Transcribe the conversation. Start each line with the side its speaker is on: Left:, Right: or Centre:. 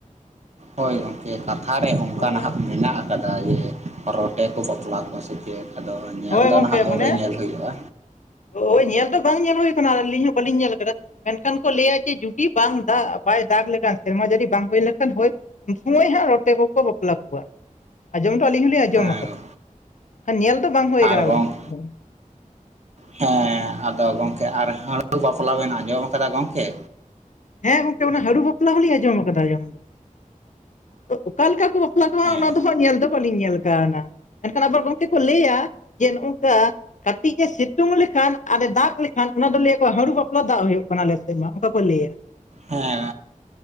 Right: ᱦᱳᱭ ᱜᱚᱝᱠᱮ ᱠᱟᱛᱷᱟ ᱨᱮ ᱚᱱᱠᱟ
Left: ᱦᱳᱭ
Right: ᱱᱟᱦᱟᱜ
Left: ᱢᱟᱱᱮ
Right: ᱢᱮᱱᱟᱜ ᱟᱠᱟᱫᱼᱟ᱾ <unintelligible> ᱨᱚᱴᱮ ᱠᱚ ᱵᱟᱯᱞᱟ ᱠᱚᱣᱟ ᱥᱮ ᱪᱮᱜ ᱟᱫᱚ ᱧᱮᱞ
Left: ᱦᱳᱭ
Right: ᱫᱚ
Left: ᱜᱚᱝᱠᱮ
Right: ᱱᱟᱦᱟᱜ ᱟᱹᱣᱨᱮ
Left: ᱢᱟᱱᱮ
Right: ᱧᱮᱞ ᱦᱭᱩᱜᱼᱟ᱾
Left: <unintelligible> ᱧᱮᱞ ᱫᱚ ᱵᱟᱝ ᱧᱮᱞ ᱦᱩᱭ ᱠᱟᱱᱟ ᱟᱹᱞᱤᱧ ᱦᱚᱸ ᱵᱟᱹᱞᱤᱧ ᱧᱮᱞ ᱟᱠᱟᱫᱟ᱾ ᱢᱮᱱᱠᱷᱟᱱ ᱠᱚ ᱞᱟᱹᱭᱟ ᱡᱮ ᱡᱩᱰᱤ ᱵᱟᱝ ᱫᱟᱜ ᱵᱟᱭ ᱫᱟᱜ ᱞᱮᱠᱷᱟᱱ ᱥᱮᱨᱢᱟ ᱡᱟᱹᱲᱤ ᱵᱟᱝ ᱦᱩᱭ ᱞᱮᱱᱠᱷᱟᱱ ᱦᱳᱭ, <unintelligible> ᱥᱚᱢᱚᱭ ᱦᱟᱸᱜ ᱨᱚᱴᱮ ᱠᱚ ᱠᱚ ᱵᱟᱯᱞᱟ ᱠᱚᱣᱟ᱾ ᱟᱸᱡᱚᱢ ᱰᱚ ᱟᱹᱞᱤᱧ ᱦᱚᱞᱤᱧ ᱟᱸᱡᱚᱢ
Right: ᱦᱮᱸ
Left: ᱟᱠᱟᱫᱼᱟ <unintelligible> ᱧᱮᱞ, ᱫᱚ ᱵᱟᱝ ᱦᱩᱭ
Right: ᱟᱨ
Left: ᱠᱟᱱᱟ
Right: ᱜᱚᱝ
Left: ᱜᱚᱝᱠᱮ
Right: <unintelligible>
Left: ᱮᱠᱫᱚᱢ᱾
Right: ᱦᱮᱸ ᱟᱫᱚ ᱜᱚᱝᱠᱮ ᱟᱨ ᱦᱟᱹᱲ ᱵᱟᱯᱞᱟ ᱵᱮᱱ ᱟᱸᱡᱚᱢ ᱠᱟᱫᱟ ᱜᱚᱝᱠᱮ
Left: ᱦᱮᱸ ᱜᱚᱝᱠᱮ ᱚᱱᱟ ᱦᱟᱹᱨᱩ ᱵᱟᱯᱞᱟ ᱦᱚᱸ ᱞᱤᱧ ᱟᱸᱡᱚᱢ ᱟᱠᱟᱫᱟ ᱟᱸᱡᱚᱢ ᱫᱚ ᱟᱫᱚ ᱚᱠᱟᱠᱟ ᱠᱚ ᱵᱟᱵ? <unintelligible> ᱠᱚ
Right: ᱦᱮᱸ
Left: ᱦᱟᱸᱜ ᱚᱱᱟ ᱫᱚ ᱦᱟᱸᱜ ᱧᱮᱞ ᱫᱚ ᱵᱟᱹᱞᱤᱧ ᱧᱮᱞ ᱟᱠᱟᱣᱱᱟ ᱢᱮᱱᱠᱷᱟᱱ <unintelligible> ᱜᱚᱝᱠᱮ ᱠᱚ ᱞᱟᱹᱭᱟ ᱡᱮ ᱱᱚᱝᱠᱟ, ᱠᱟᱹᱴᱤᱪ ᱮ ᱥᱤᱛᱩᱝ ᱞᱮᱠᱷᱟᱱ ᱟᱨᱮ ᱫᱟᱜ ᱞᱮᱠᱷᱟᱱ ᱚᱱᱟ ᱫᱚ ᱞᱟᱹᱭᱟᱠᱚ ᱦᱟᱹᱲᱩ ᱵᱟᱯᱞᱟ ᱫᱟᱜ ᱦᱩᱭᱩᱜ ᱠᱟᱱᱟ ᱟᱞᱮᱥᱮᱜ ᱢᱟ ᱚᱱᱠᱟ ᱠᱚ ᱞᱟᱹᱭᱟ᱾
Right: ᱦᱮᱸ